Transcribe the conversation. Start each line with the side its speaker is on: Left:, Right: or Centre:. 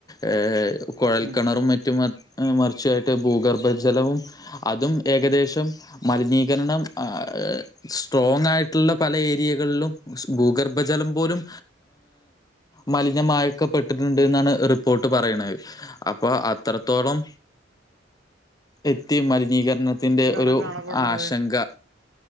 Left: ഏ കൊഴൽക്കെണറും
Right: ഉം
Left: മറ്റും വ മർച്ചായിട്ട് ഭൂഗർഭജലവും അതും ഏകദേശം മലിനീകരണം ആ സ്ട്രോങ് ആയിട്ടുള്ള പല ഏരിയകളിലും ഭൂഗർഭജലം പോലും മലിനമായി ഒക്കപ്പെട്ടിട്ട്ണ്ട്ന്നാണ് റിപ്പോർട്ട് പറയ്ണെ അപ്പൊ അത്രത്തോളം എത്തി മലിനീകരണത്തിന്റെ
Right: ത്തിലാണോ
Left: ഒരു
Right: കാണപ്പെടുന്നത്
Left: ആശങ്ക